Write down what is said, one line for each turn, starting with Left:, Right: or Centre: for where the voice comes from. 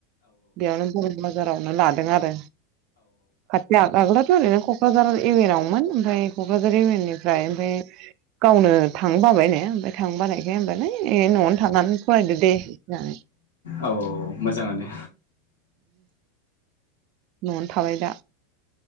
Right: बेयावनो बरम बाजारावनो लादों आरो। खाथिया गाग्लोब बे ओरैनो'कझार इउएनवमोन ओमफ्राय क'क्राझार इउएन नि ओमफ्राय ओमफ्राय गावनो थां बाबाय नो ओमफ्राय थां बानायखाय होनबालाय न'आवनो थांनानै फरायदो दे इदि होननानै।
Left: औ औ मोजाङानो
Right: न'आव नो थाबाय दा।